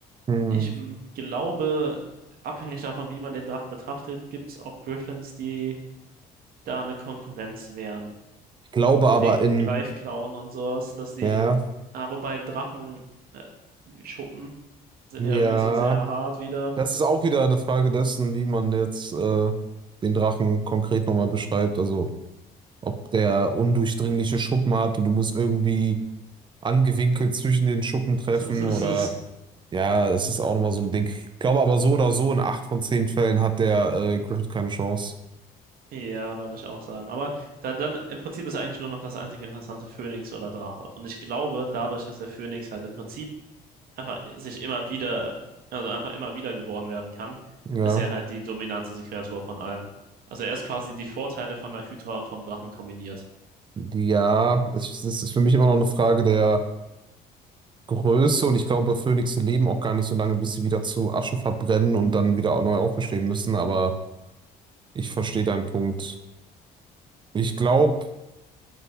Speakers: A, on the right (about 30°); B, on the right (about 60°).
A: Hm.
B: ich m- glaube, abhängig davon, wie man den Drachen betrachtet, gibt es auch Griffins, die da eine Konkurrenz wären.
A: Ich glaube
B: Mit
A: aber
B: den
A: in,
B: Greifklauen und sowas, dass die,
A: ja,
B: ah, wobei Drachen, äh, Schuppen sind
A: ja,
B: ja irgendwie so sehr hart wieder.
A: das ist auch wieder eine Frage dessen, wie man jetzt äh, den Drachen konkret nochmal beschreibt. Also, ob der undurchdringliche Schuppen hat und du musst irgendwie angewinkelt zwischen den Schuppen treffen
B: <laughs>
A: oder, ja, es ist auch nochmal so ein Ding. Ich glaube aber so oder so, in acht von zehn Fällen hat der äh, Griffith keine Chance.
B: Ja, würde ich auch sagen. Aber da, dann im Prinzip ist eigentlich nur noch das einzige interessante Phönix oder Drache. Und ich glaube, dadurch, dass der Phönix halt im Prinzip einfach sich immer wieder, also einfach immer wieder geboren werden kann,
A: Ja.
B: ist er halt die dominanteste Kreatur von allen. Also er ist quasi die Vorteile von der Hydra und vom Drachen kombiniert.
A: Ja, es, es ist für mich immer noch eine Frage der Größe und ich glaube, Phönixe leben auch gar nicht so lange, bis sie wieder zu Asche verbrennen und dann wieder neu auferstehen müssen, aber ich verstehe deinen Punkt. Ich glaube,